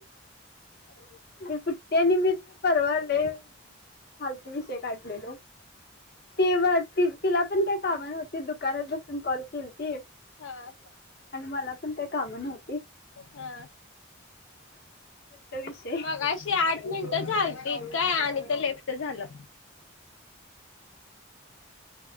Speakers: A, on the left (about 70°); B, on the left (about 50°).
A: <unintelligible>
B: मी सुट्टया निमित्त परवाले. फालतू विषय काढलेल. तेव्हा त तिला पण काय कामं नव्हती, दुकानात बसून कॉल किलती
A: हा
B: आणि मला पण काय काम नव्ह
A: हा.
B: तो विशय.
A: मगाशि आठ मिनिटं झालं. <unintelligible> आणि ते लेफ्ट झालं.